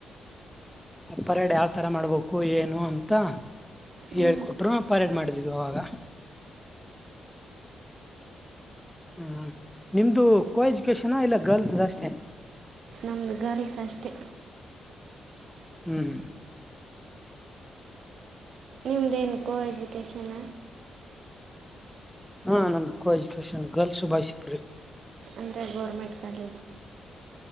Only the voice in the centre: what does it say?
ಆ ಪರೇಡ್ ಯಾವ್ತರ ಮಾಡ್ಬೇಕು ಏನು ಅಂತ
ಹೇಳ್ಕೊಟ್ರು ಪರೇಡ್ ಮಾಡಿದ್ವಿ ಅವಾಗ. ಹ್ಮ ನಿಮ್ದು ಕೋ ಎಜುಕೇಶನ ಇಲ್ಲ ಗರ್ಲ್ಸ್ ಅಷ್ಟೇ.
ಹ್ಮ್
ಹಾ ನಮ್ದು ಕೋ ಎಜುಕೇಶನ್ ಗರ್ಲ್ಸ್ ಬಾಯ್ಸ್ ಇಬ್ರು ಇರ್